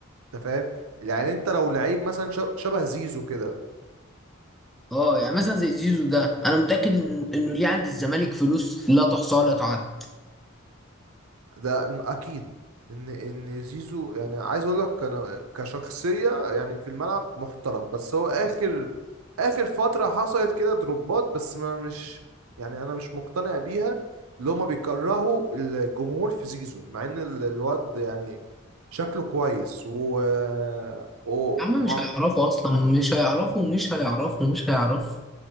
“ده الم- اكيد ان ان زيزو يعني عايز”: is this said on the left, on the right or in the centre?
Right